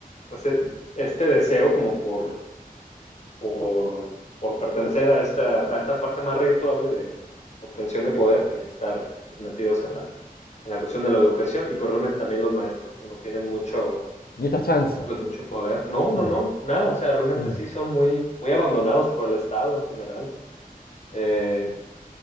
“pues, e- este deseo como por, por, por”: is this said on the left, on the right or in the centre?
Left